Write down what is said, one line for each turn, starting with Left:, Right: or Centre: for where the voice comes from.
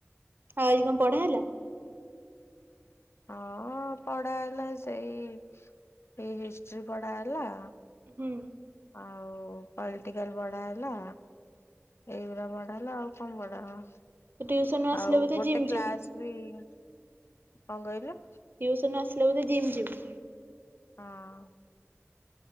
Right: ଆଉ ଆଜି କଣ ପଢା ହେଲା?
Left: ହଁ ପଢା ହେଲା ସେଇ ଏଇ ହିଷ୍ଟ୍ରି ପଢା ହେଲା।
Right: ହୁଁ।
Left: ଆଉ ପଲଟିକାଲ ପଢ଼ା ହେଲା। ଏଇଗୁରା ପଢା ହେଲା ଆଉ କଣ ପଢ଼ା ହବ।
Right: ତୁ ଟିଉସନରୁ ଆସିଲେ
Left: ଆଉ
Right: ବୋଧେ
Left: ଗୋଟେ
Right: ଜିମ୍ ଯିବୁ
Left: କ୍ଲାସ ଉଇ। କଣ କଇଲୁ?
Right: ଟିଉସନ ରୁ ଆସିଲେ ବୋଧେ ଜିମି ଯିବୁ?
Left: ହଁ।